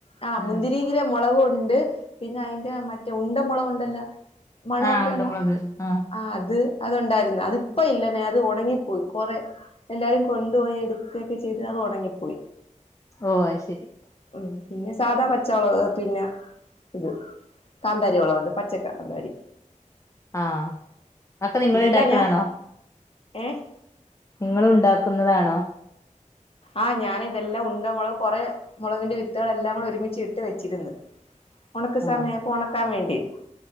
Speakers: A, on the left; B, on the left.
A: ആ
B: ഉം
A: മുന്തിരി <unintelligible> മൊളകു ഉണ്ട് പിന്നെ അയിന്റെ മറ്റേ ഉണ്ട മൊളക് ഉണ്ടല്ല മണൊക്കെ
B: ആഹ് ഉണ്ടമുളക്
A: ഉള്ള
B: ആഹ്
A: ആ അത് അത് ഉണ്ടായിര്ന്ന് അത് ഇപ്പ ഇല്ല നേർത്തെ ഒണങ്ങിപ്പോയി കൊറെ എല്ലാരും കൊണ്ടുപോയി എടുക്കക്കെ ചെയ്ത് അത് ഒണങ്ങി പോയി.
B: ഓ അയ്ശരി
A: ഉം പിന്നെ സാധാ പച്ചമുളക് പിന്നെ ഇത് കാന്താരി മൊളവ് ഉണ്ട് പച്ചക്കാന്താരി
B: ആ ഒക്കെ നിങ്ങൾണ്ടാക്കണാണോ?
A: ഇതെല്ലാം ഞാൻ ഏഹ്
B: നിങ്ങള് ഉണ്ടാക്കുന്നതാണോ?
A: ആഹ് ഞാൻ ഇതെല്ലാം ഉണ്ട മുളക് കുറെ മുളവിന്റെ വിത്തുകളെല്ലാം കൂടെ ഒരുമിച്ച് ഇട്ട് വെച്ചിരിന്ന് ഉണക്ക സമയ
B: ആഹ്
A: ആയപ്പൊ ഉണക്കാൻ വേണ്ടി